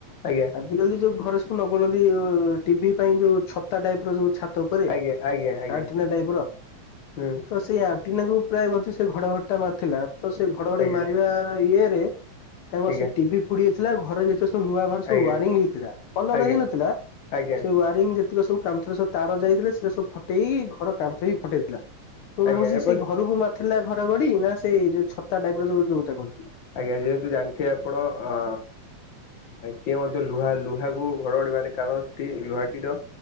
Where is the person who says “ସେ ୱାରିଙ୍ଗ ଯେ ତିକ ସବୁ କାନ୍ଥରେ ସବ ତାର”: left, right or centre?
Left